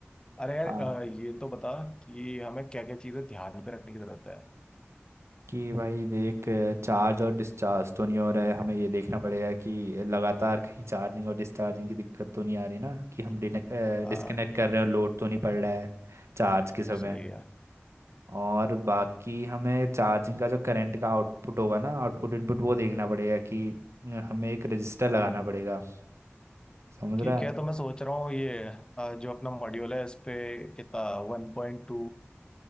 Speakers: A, on the left; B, on the right.
A: अरे यार
B: हाँ
A: अ, ये तो बता कि हमें क्या क्या चीजें ध्यान पे रखने की जरूरत है
B: कि भाई देख चार्ज और डिस्चार्ज तो नहीं हो रहा है हमें ये देखना पड़ेगा कि लगातार कहीं चार्जिंग और डिस्चार्जिंग की दिक्कत तो नहीं आ रही ना कि हम डिस्कनेक्ट
A: आ,
B: कर रहे हैं और लोड तो नहीं पड़ रहा है चार्ज के समय
A: सही है
B: और बाकी हमें चार्जिंग का जो करंट का आउटपुट होगा ना आउटपुट इनपुट वो देखना पड़ेगा कि अ, हमें एक रजिस्टर लगाना पड़ेगा समझ
A: ठीक
B: रहा है
A: है तो मैं सोच रहा हूँ ये अ, जो अपना मॉड्यूल है इस पे कितना वन पॉइंट टू